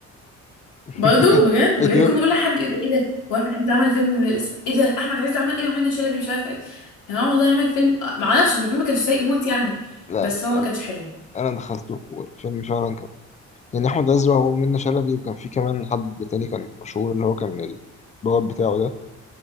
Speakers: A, on the left; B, on the left.
A: <laughs>
B: برضه بجد
A: أيوه
B: بجد كل ما اقول لحد يقول لي ايه ده هو احمد عز عمل فيلم من الاسم ايه ده احمد عز عمل ايه مع منى شلبي مش عارفه ايه يا جماعه والله عمل فيلم آه، ما اعرفش هو الفيلم ما كانش سيء موت يعني
A: لا
B: بس
A: لا
B: هو ما كانش حلو
A: أنا دخلته والفيلم فعلا كان يعني أحمد عز وهو منة شلبي وكان في كمان حد تاني كان مشهور اللي هو كان البواب بتاعه ده